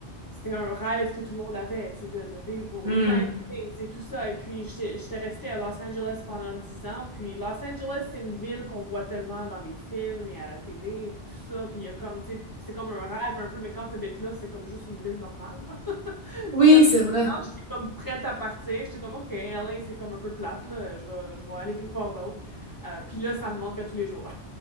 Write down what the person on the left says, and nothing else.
c'était un rêve que tout le monde avait, tu sais, de, de vivre aux
United States et tout ça. Et puis j'étais j'étais restée à Los Angeles pendant 10 ans. Puis Los Angeles, c'est une ville qu'on voit tellement dans les films et à la télé et puis tout ça. Puis il y a comme, tu sais, c'est comme un rêve un peu, mais quand t'habites là, c'est comme juste une ville normale. <laughs>
Donc après
10 ans, j'étais comme prête à partir. J'étais comme OK, LA, c'est comme un peu plate là. Je vais, je vais aller quelque part d'autre. Euh, puis là, ça me manque à tous les jours.